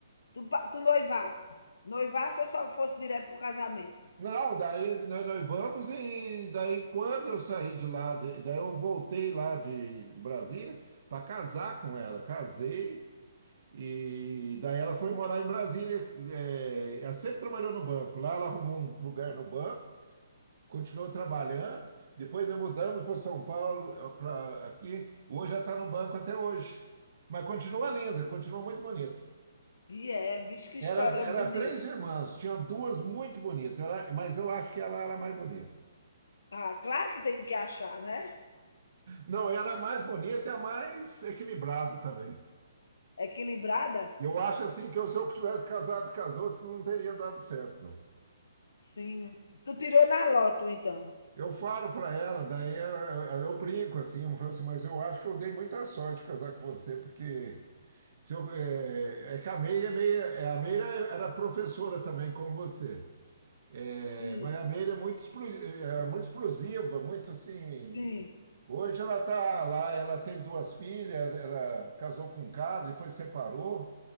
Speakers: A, on the left; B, on the right.
A: Tu, pa- tu noivasse. Noivasse ou só fosse direto pro casamento?
B: Não, daí nós, nós vamos e daí quando eu saí de lá, de- daí eu voltei lá de, de Brasília para casar com ela. Casei e daí ela foi morar em Brasília. é, ela sempre trabalhou no banco. Lá ela arrumou um lugar no banco, continuou trabalhando. Depois nós mudamos para São Paulo, para aqui. Hoje ela está no banco até hoje. Mas continua linda, continua muito bonita.
A: E é, vixe, que
B: Era,
A: história
B: era
A: bonita.
B: três irmãs, tinha duas muito bonitas, ela- mas eu acho que ela era a mais bonita.
A: Ah, claro que tem que achar, né?
B: Não, era a mais bonita e a mais equilibrada também.
A: Equilibrada?
B: Eu acho assim que eu, se eu tivesse casado com as outras, não teria dado certo, não.
A: Sim. Tu tirou na loto, então.
B: Eu falo para ela, daí eu, eu brinco assim, eu falo assim, mas eu acho que eu dei muita sorte de casar com você, porque se eu, é, é que a Meira é meio, é, a Meira era professora também, como você. É,
A: Sim,
B: mas a Meira é muito, explo- é muito explosiva, muito assim.
A: sim.
B: Hoje ela tá lá, ela teve duas filhas, ela casou com um cara, depois separou.